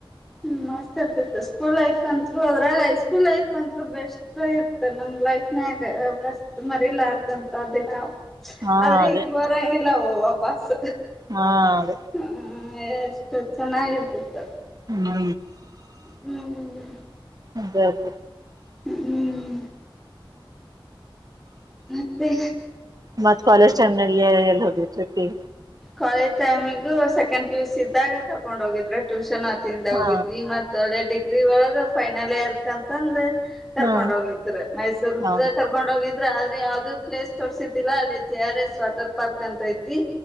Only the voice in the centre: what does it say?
ಹ್ಮು ಮಸ್ತ್ ಇರತೈತಿ ಸ್ಕೂಲ್ ಲೈಫ್ ಅಂತ್ಲು ಅದ್ರಾಗ ಐಸ್ಕೂಲ್ ಲೈಫ್ ಅಂತರು ಬೆಸ್ಟ್ ಇರ್ತದ್ ನಮ್ಮ್ ಲೈಫ್ನ ಯಾಕ್ ಮಸ್ತ್ ಮರಿಲಾರ್ದಂತ ದಿನ.
ಆದ್ರ
ಈಗ ಬರಂಗಿಲ್ಲ ವಾ ವಾಪಸ್ಸ್.
ಹ್ಮು ಎಷ್ಟು ಚೆನ್ನಾಗಿರ್ತಿತ್ತು.
ಹ್ಮ್
ಹ್ಮ್ ಮತ್ತೆ
ಕಾಲೇಜ್ ಟೈಮಿಗು ಸೆಕೆಂಡ್ ಪಿ-ಯು-ಸಿ ಇದ್ದಾಗ ಕರ್ಕೊಂಡ್ ಹೋಗಿದ್ರ ಟ್ಯೂಷನ್ ಆ ಇವತ್ತಿಂದ
ಹೋಗಿದ್ವಿ ಈಗ ಮತ್ತ ಒಳ್ಳೆ ಡಿಗ್ರಿ ಒಳಗ ಫೈನಲ್ ಇಯರ್ಕ್ ಅಂತಂದ ಕರ್ಕೊಂಡ್
ಹೋಗಿದ್ರ ಮೈಸೂರ್ಕ್
ಕರ್ಕೊಂಡ್ ಹೋಗಿದ್ರ ಆದ್ರೆ ಯಾವ್ದೂ ಪ್ಲೇಸ್ ತೋರ್ಸ್ ತ್ತಿದ್ದಿಲ್ಲ ಅಲ್ಲಿ ಜೆ-ಆರ್-ಎಸ್ ವಾಟರ್ ಪಾರ್ಕ್ ಅಂತ ಐತಿ.